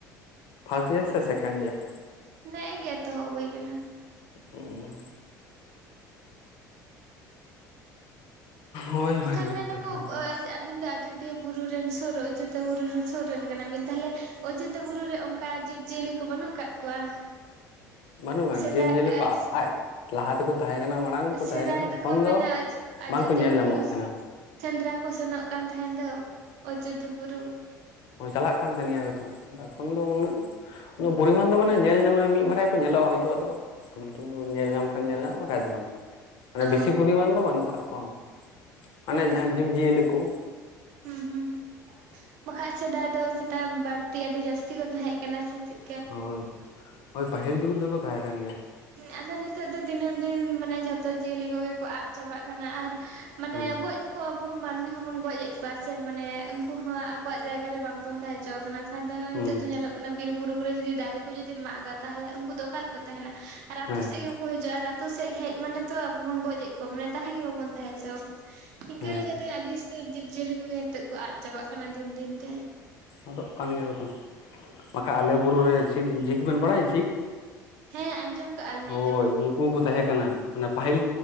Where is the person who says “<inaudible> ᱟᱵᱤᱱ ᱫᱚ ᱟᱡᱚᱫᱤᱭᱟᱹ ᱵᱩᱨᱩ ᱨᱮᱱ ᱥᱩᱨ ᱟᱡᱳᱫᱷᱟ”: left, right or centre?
Right